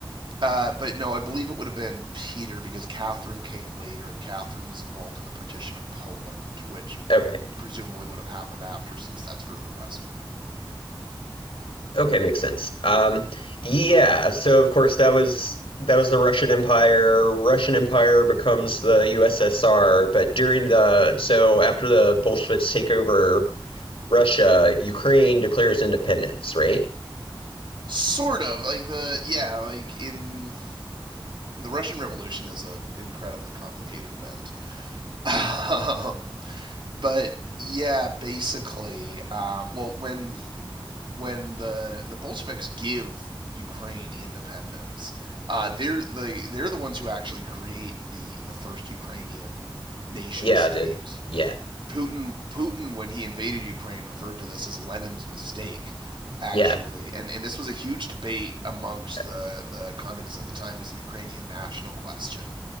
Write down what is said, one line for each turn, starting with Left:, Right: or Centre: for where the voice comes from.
Right: uh but no, I believe it would have been Peter because Catherine came later and Catherine was involved in the partition of Poland, which
Left: Okay.
Right: presumably would have happened after since that's further west.
Left: Okay, makes sense. Um, yeah, so of course that was that was the Russian Empire. Russian Empire becomes the USSR, but during the so after the Bolsheviks take over Russia, Ukraine declares independence, right?
Right: Sort of like the yeah, like in the Russian Revolution is an incredibly complicated event. <laughs> Um, but yeah, basically, um, well, when when the the Bolsheviks give Ukraine independence, uh, they're the they're the ones who actually create the the first Ukrainian nation
Left: Yeah,
Right: state
Left: did yeah,
Right: Putin Putin when he invaded Ukraine referred to this as Lenin's mistake actually
Left: yeah,
Right: and and this was a huge debate amongst
Left: uh,
Right: the the communists at the time was the Ukrainian national question